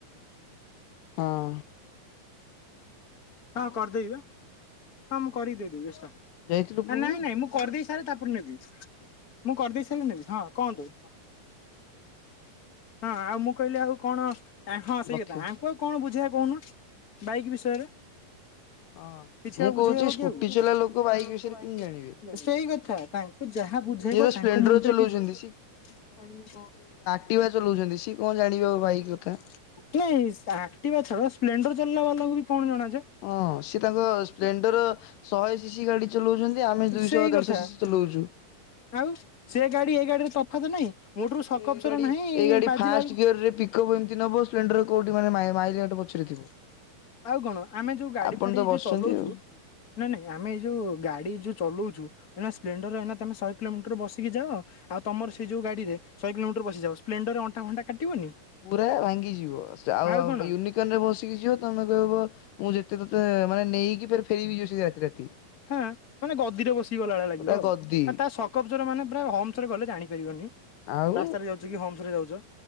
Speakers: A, on the left (about 75°); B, on the left (about 30°).
A: ହଁ।
B: ହଁ କରିଦେଇବା। ହଁ ମୁଁ କରିଦେଇଦବି ବେସ୍ତ
A: ଯାଇଥିଲୁ ଉପରକୁ
B: ନାଇଁ ନାଇଁ ମୁଁ କରିଦେଇ ସାରେ ତାପରେ ନେବି। ମୁଁ କରିଦେଇ ସାରିଲେ ନେବି ହଁ କୁହନ୍ତୁ। ହଁ ଆଉ ମୁଁ କହିଲି ଆଉ କଣ ହଁ ସେଇ
A: ଲକ୍ଷ।
B: କଥା ଆଙ୍କୁ ଆଉ କଣ ବୁଝେଇବା କହୁନ ବାଇକ୍ ବିଷୟରେ।
A: ହଁ
B: କିଛି
A: ମୁଁ
B: ଆଉ ବୁଝେଇ
A: କହୁଛି
B: ହବକି ଆଉ
A: ଚଲା
B: ସ୍କୁଟି
A: ଲୋକ
B: ଚଲିବା ଲୋକା
A: ବିଷୟରେ
B: ବାଇକ୍
A: କେମିତି
B: ବିଷୟରେ
A: ଜାଣିବେ?
B: ସେଇ କଥା ତାଙ୍କୁ ଯାହା ବୁଝେଇବ
A: ଇଏ ତ
B: ତାଙ୍କ
A: ସ୍ପ୍ଲେଣ୍ଡର
B: ମୁଣ୍ଡରେ
A: ଚଲଉଛନ୍ତି
B: କିଛି
A: କଟିବା ଚଲାଉଛନ୍ତି ସିଏ କଣ ଜାଣିବ ବାଇକ୍ କଥା।
B: ନାଇଁ ଆକ୍ଟିବା ଛାଡ ସ୍ପ୍ଲେଣ୍ଡର ଚାଲିଲା ବାଲାଙ୍କୁବି କଣ ଜଣାଯେ।
A: ହଁ ସିଏ ତାଙ୍କ ସ୍ପ୍ଲେଣ୍ଡର ଶହେ ସି ସି ଗାଡ଼ି ଚଲଉଚନ୍ତି ଆମେ ଦୁଇଶହ
B: ସେଇ କଥା
A: ଦେଢ଼ଶହ ସିସିି ଚଲଉଚୁ।
B: ଆଉ ସେଗାଡ଼ି ଏଇ ଗାଡ଼ିରେ ତଫାତ ନାହିଁ ମୋଟୋରୁ ଶକଫସର
A: ଏ ଗାଡି
B: ନାହିଁ
A: ଏଇ ଗାଡି
B: ବାଜିଲା
A: ଫାଷ୍ଟ
B: ବେଳକୁ
A: ଗିୟରରେ ପିକ୍ଅପ୍ ଏମିତି ନବ ସ୍ପଣ୍ଡର କୋଉଠି ମାନେ ମାଇଲା ପଛରେ ଥିବ।
B: ଆଉ କଣ ଆମେ ଯୋଉ ଗାଡ଼ି
A: ଆପଣ
B: ଫାଡ଼ି
A: ତ
B: ଏଇଯୋଉ
A: ବସିଛନ୍ତି
B: ଚଲଉଚୁ
A: ଆଉ ହୁଁ
B: ନାଇଁ ନାଇଁ ଆମେ ଏଇଯୋଉ ଗାଡ଼ି ଯୋଉ ଚଲଉଚୁ ସ୍ପ୍ଲେଣ୍ଡର ଏ ତମେ ଶହେ କିଲୋମିଟର୍ ବସିକି ଯାଅ ଆଉ ତମର ସେଇ ଯୋଉ ଗାଡ଼ିରେ ଶହ କିଲୋମିଟର୍ ବସିକିଯାଅ ସ୍ଲେଣ୍ଡରେ ଅଣ୍ଟା ଫଣ୍ଟା କାଟିବନି।
A: ପୁରା ଭାଙ୍ଗିଯିବ ସା
B: ଆଉ
A: ଆ
B: କଣ
A: ଇୟୁନି ରେ ବସିକି ଯିବ ତମେ କହିବ ମୁଁ ଯେତେ ତତେ ମାନେ ନେଇକି ଫେରିବି <unintelligible> ରାତି ରାତି
B: ହଁ ମାନେ ଗଦିରେ ବସିକି ଗଲା ଭଳିଆ ଲାଗିବ।
A: ପୁରା
B: ଆ
A: ଗଦି
B: ତା ସ୍କପଚର ମାନେ ପୁରା ହମସରେ ଗଲେ ଜାଣିପାରିବନି।
A: ଆଉ
B: ହମସରେ ଯାଉଚ